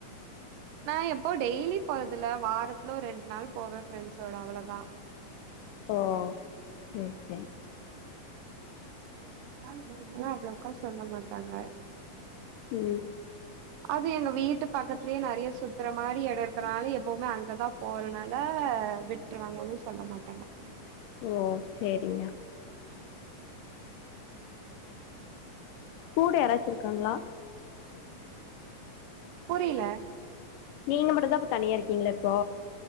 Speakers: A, on the right; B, on the left.
A: நா எப்போவு டெய்லி போறதில்ல வாரத்துல ஒரு ரெண்டு நாள் போவே ஃப்ரெண்ட்ஸோட அவளவுதா
B: ஓ செர் செரி
A: ஆஹ் அவ்ளோக்கா சொல்ல மாட்டாங்க
B: உம்
A: அது எங்க வீட்டு பக்கத்லே நெறைய சுத்ற மாரி எட இருக்கனால எப்பவுமே அங்கதா போறனால விட்றாங்கனு சொல்ல மாட்டேங்க
B: ஓ சேரிங்க கூட யாராச்சு இருக்காங்ளா
A: புரியல
B: நீங்க மட்டு தா இப்ப தனியா இருக்கீங்ளா இப்ப